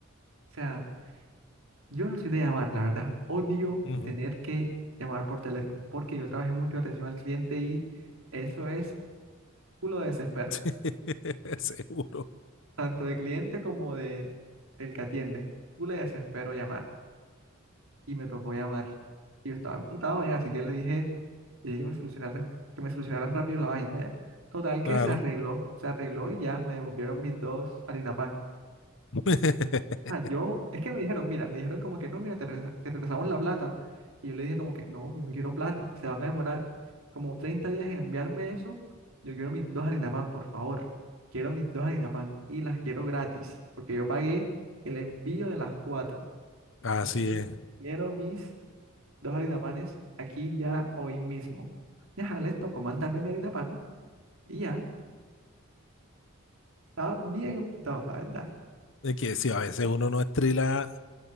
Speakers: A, on the right; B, on the left.
A: O sea, yo no soy de llamar, la verdad. Odio
B: Ujú.
A: tener que llamar por teléfono porque yo trabajé mucho atención al cliente y eso es culo de desespero.
B: <laughs> Seguro.
A: Tanto de cliente como de el que atiende. Culo de desespero llamar. Y me tocó llamar. Y yo estaba emputado ya, así que le dije. Y que me solucionaran, que me solucionaran rápido la vaina, ya. Total que
B: Claro.
A: se arregló, se arregló y ya me devolvieron mis dos harinapan.
B: <laughs>
A: O sea, yo, es que me dijeron, mira, me dijeron como que no, mira, te, regresa- te regresamos la plata. Y yo le dije como que no, yo no quiero plata, se van a demorar como 30 días en enviarme eso. Yo quiero mis dos harina pan por favor. Quiero mis dos harina pan y las quiero gratis, porque yo pagué el envío de las cuatro.
B: Así
A: Así que
B: es.
A: quiero mis dos harina panes aquí ya hoy mismo. Ya, les tocó mandarme mi harina pan. Y ya, estaba bien apuntado, la verdad.
B: Es que sí, a veces uno no estrila,